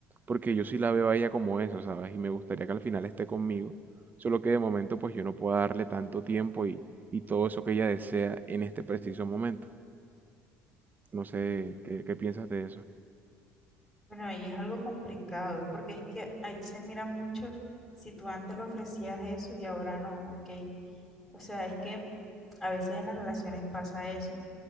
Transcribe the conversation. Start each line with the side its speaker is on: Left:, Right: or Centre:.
Right: Porque yo sí la veo a ella como eso, ¿sabes? Y me gustaría que al final esté conmigo. Solo que de momento pues yo no puedo darle tanto tiempo y, y todo eso que ella desea en este preciso momento. No sé
Centre: Mm.
Right: qué, qué piensas de eso.
Centre: Bueno, ahí es algo complicado, porque es que ahí se mira mucho si tú antes le ofrecías eso y ahora no, ok. O sea, es que a veces en las relaciones pasa eso. ¿no?